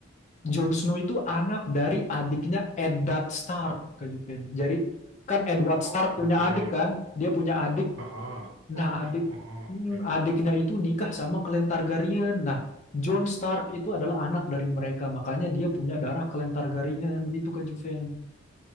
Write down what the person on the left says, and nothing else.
Jon Snow itu anak dari adiknya Eddard Stark, Kak Juven. Jadi kan Edward
Stark punya
adik kan? Dia punya adik.
Nah,
adik
hmm,
adiknya itu nikah sama Clan Targaryen. Nah, Jon Stark itu adalah anak dari mereka. Makanya dia punya darah Clan Targaryen gitu Kak Juven.